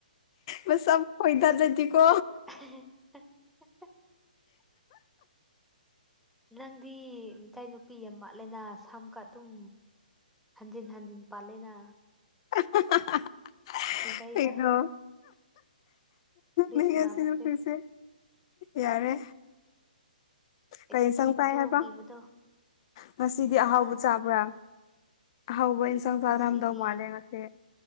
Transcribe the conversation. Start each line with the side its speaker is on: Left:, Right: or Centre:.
Left: ꯃꯁꯥ ꯈꯣꯏꯊꯖꯗꯤꯀꯣ
Centre: <inaudible> ꯅꯪꯗꯤ ꯃꯤꯇꯩꯇꯩ ꯅꯨꯄꯤ ꯑꯃ ꯃꯥꯠꯂꯦꯅ ꯁꯝꯨꯀ ꯑꯗꯨꯝ ꯍꯟꯖꯤꯟ ꯍꯟꯖꯤꯟ ꯄꯥꯂꯦꯅ
Left: <inaudible>
Centre: ꯀ ꯆꯩꯗ
Left: ꯀꯩꯅꯣ ꯃꯤ ꯉ
Centre: ꯁꯥꯟꯅꯕꯁꯦ
Left: ꯑꯁꯤꯅꯈꯣꯏꯁꯦ ꯌꯥꯔꯦ
Centre: <inaudible> ꯑꯩꯗꯤ
Left: ꯀꯔꯤ
Centre: ꯀꯤꯕꯗꯣ
Left: ꯆꯪꯀꯥꯏ ꯍꯥꯏꯕ
Centre: ꯀꯤꯕꯗꯣ
Left: ꯉꯁꯤꯗꯤ ꯑꯍꯥꯎꯕ
Centre: ꯍꯥ
Left: ꯆꯥꯕ꯭ꯔꯥ ꯍꯥꯎꯕ ꯏꯟꯁꯥꯡꯁ
Centre: ꯉꯁꯤꯗꯤ
Left: ꯑꯔꯝꯗꯧ ꯃꯥꯂꯦ ꯉꯁꯦ